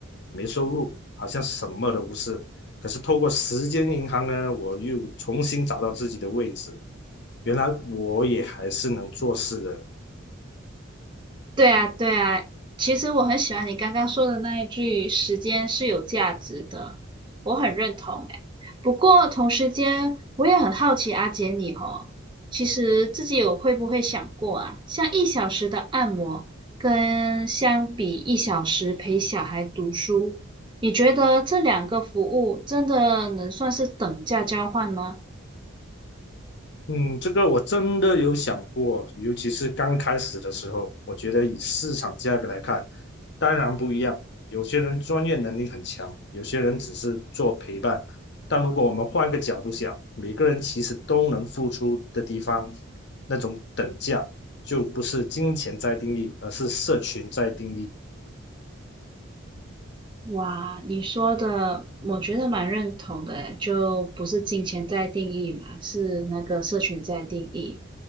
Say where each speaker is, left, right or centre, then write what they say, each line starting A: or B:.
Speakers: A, on the left (about 55°); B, on the right (about 20°).
A: 没收入，好像什么都不是。可是透过时间银行呢，我又重新找到自己的位置。原来我也还是能做事的，
B: 对啊，对啊，其实我很喜欢你刚刚说的那一句“时间是有价值的”，我很认同诶。不过同时间，我也很好奇阿姐你哦，其实自己有会不会想过啊，像一小时的按摩，跟相比一小时陪小孩读书，你觉得这两个服务真的能算是等价交换吗？
A: 嗯，这个我真的有想过，尤其是刚开始的时候，我觉得以市场价格来看，当然不一样。有些人专业能力很强，有些人只是做陪伴。但如果我们换个角度想，每个人其实都能付出的地方，那种等价就不是金钱在定义，而是社群在定义。
B: 哇，你说的我觉得蛮认同的诶，就不是金钱在定义嘛，是那个社群在定义。